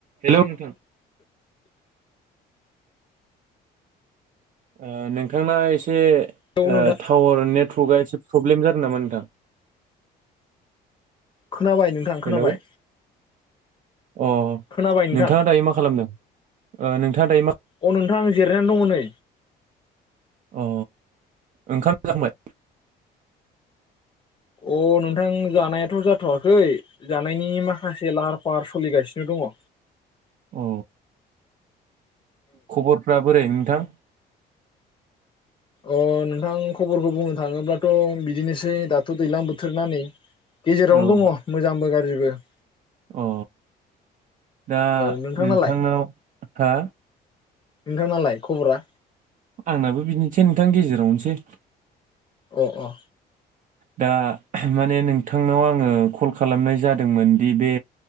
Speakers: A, on the right; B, on the left.
A: Hello नोंथां। ओ नोंथांना एसे
B: औ नोंथां
A: ओ टावार नेत ट्रगा एसे प्रब्लेम जादों नामा नोंथां?
B: खोनाबाय नोंथां खोनाबाय
A: हेलौ अ
B: खोनाबाय नोंथां
A: नोंथाङा दायो मा खालामदों ओ नोंथाङा दायो मा?
B: अ नोंथां जिरायनानै दङ नै।
A: अ ओंखाम जाखांबाय?
B: अ नोंथां जानायाथ' जाथ'वाखै जानायनि माखासे लाहार-फाहार सलिगासिनो दङ'।
A: अ खबरफ्रा बोरै नोंथां?
B: अ नोंथां खबरखौ बुंनो थाङोब्लाथ' बिदिनोसै दाथ' दैलां बोथोर ना नै। गेजेरावनो
A: औ
B: दङ' मोजांबो गाज्रिबो बो।
A: अ दा
B: औ नोंथांनालाय
A: नोंथांनाव हा
B: नोंथांनालाय खबरा?
A: आंनाबो बिदिनोसै नोंथां गेजेरावनोसै।
B: अ अ।
A: दा माने नोंथांनाव आङो कल खालामनाय जादोंमोनदि बे